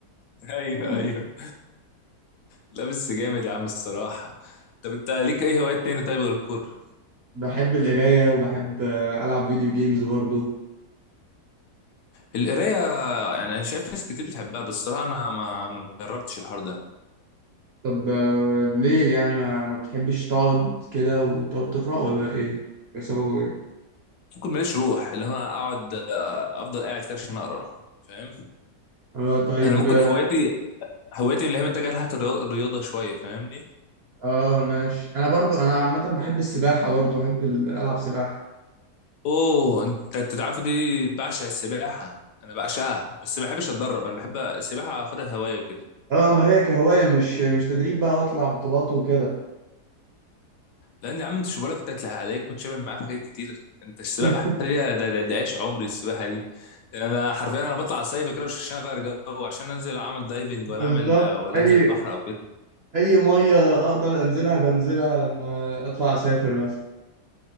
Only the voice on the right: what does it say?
<laughs>
بحب القراية وبحب آه، العب فيديو جيمز برضو
طب آه، ليه يعني ما, ما بتحبش تقعد كده وتقعد تقرأ ولا ايه؟ ده سببه ايه؟
اه طيب
اه
آه، ماشي انا برضو انا عامة بحب السباحة برضو بحب ال- العب سباحة
اه ما هي كهواية مش مش تدريب بقى واطلع بطولات وكده
<laughs>
بالظبط
اي
اي مية اقدر انزلها بنزلها لما اطلع اسافر مثلا